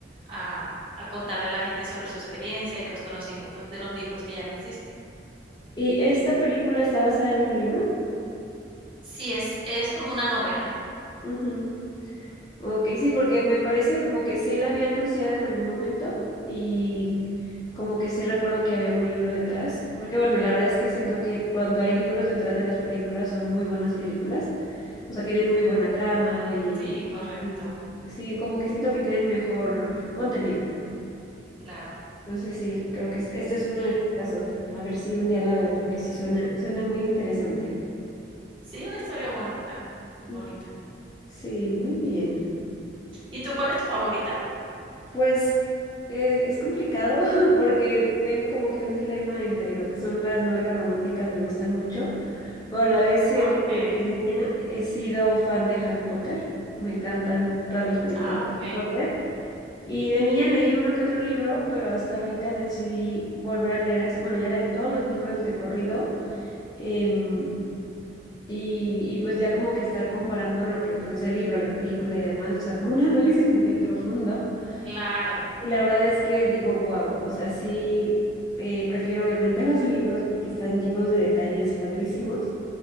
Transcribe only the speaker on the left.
¿Y esta película está basada en un libro?
Ujú. Ok, sí, porque me parece como que sí la había anunciado en algún momento y como que sí recuerdo que había un libro detrás, porque bueno, la verdad es que siento que cuando hay libros detrás de las películas son muy buenas películas, o sea, tienen muy buena trama y,
y sí, como que siento que tienen mejor contenido.
Entonces sí, creo que es- este
es uno de los casos. A ver si un día la veo, porque sí suena, suena muy interesante.
Mm,
Sí, muy bien.
Pues eh, es complicado <laughs> porque tengo como que un dilema entre lo que son las novelas románticas, me gustan mucho, pero a la vez siempre
desde niña he sido fan de Harry Potter, me encantan todas las películas
de Harry
Potter y de niña leí uno que otro libro, pero hasta ahorita decidí volver a leer, así- bueno, ya leer todos los libros de corrido em, y, y pues ya como que estar comparando lo que pues es el libro, la película y demás, o sea, como un <laughs> análisis medio profundo.
Y la verdad es que digo, wow, o sea, sí, eh, prefiero obviamente <laughs> los libros porque están llenos de detalles padrísimos,